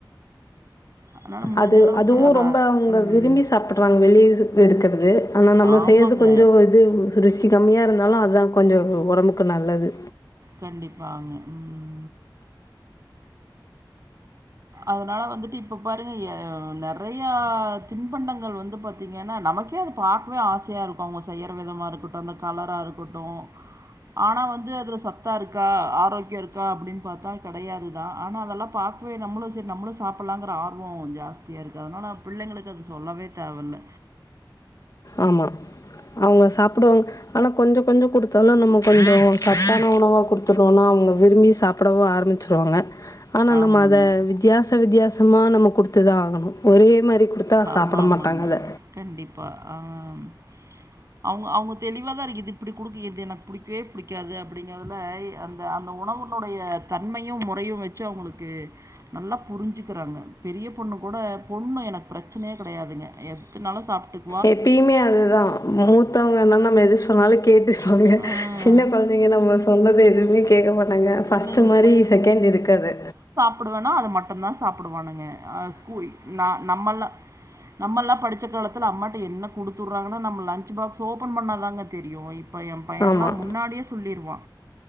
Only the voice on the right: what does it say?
அதனால் முடிஞ்ச
அளவுக்கு
அதான்
ம்,
ஆமாங்க
கண்டிப்பாங்க ம் அதுனால வந்துட்டு இப்ப பாருங்க எ அ நெறையா தின்பண்டங்கள் வந்து பாத்தீங்கென்னா நமக்கே கே அது பாக்கவே ஆசையாருக்கு அவுங்க செய்யற விதமா இருக்கட்டு அந்த கலராக இருக்கட்டு ஆனா வந்து அதுல சத்தா இருக்கா ஆரோக்கியோ இருக்கா அப்டின்னு பாத்தா கெடையாது தா ஆனா அதெல்லா பாக் போய் நம்மளு செரி நம்மளு சாப்புட்லாங்குற ஆர்வோ ஜாஸ்தியா இருக்கு அதுனால பிள்ளைங்களுக்கு அது சொல்லவே தேவல்ல
ஆமாங்க
ஆமா,
ஆமாங்க.
கண்டிப்பா ஆ ம் அவுங்க அவுங்க தெளிவா தா இருக்கு இது இப்புடி குடுக்கு இது எனக்கு புடிக்கவே புடிக்காது அப்டிங்கிறதுல எ அந் த அந்த உணவுனுடைய தன்மையு முறையு வச்சு அவுங்களுக்கு நல்லா புரிஞ்சுக்கிறாங்க பெரிய பொண்ணுக்கூட பொண்ணு எனக்கு ப்ரச்சனையே கெடையாதுங்க எத்தனாலு சாப்ட்டுக்
ஆ.
இல்லைங்க
புடுவானா அது மட்டுந்தா சாப்புடுவானுங்க ஆ நா நம்மல்லா நம்மல்லா படிச்ச காலத்துல அம்மாட்ட என்ன குடுத்துவுட்றாங்கன்னா நம்ம லஞ்ச் பாக்ஸ் ஓப்பன் பண்ணாதாங்க தெரியு இப் இப்ப ஏ பையன்லா
முன்னாடியே சொல்லிருவா